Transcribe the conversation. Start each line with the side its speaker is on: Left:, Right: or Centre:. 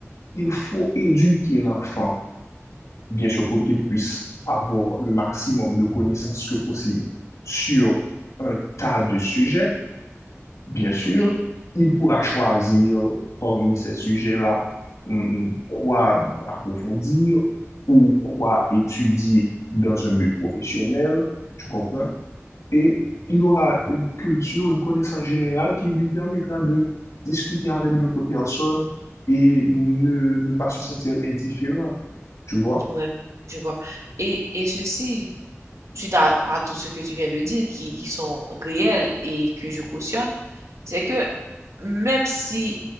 Left: il faut éduquer l'enfant bien sûr, pour qu'ils puissent avoir le maximum de connaissances que possible sur un tas de sujets, bien sûr,
Right: ok.
Left: il pourra choisir parmi ces sujets-là mm, mm, quoi approfondir ou quoi étudier dans un but professionnel, tu comprends?
Right: Mhm.
Left: Et il aura une culture, une connaissance générale qui lui permettra de discuter avec d'autres personnes et ne, ne pas se sentir indifférent, tu vois?
Right: Ouais, je vois. Et, et ceci, suite à, à tout ce que tu viens de dire, qui, qui sont réels et que je cautionne, c'est que même si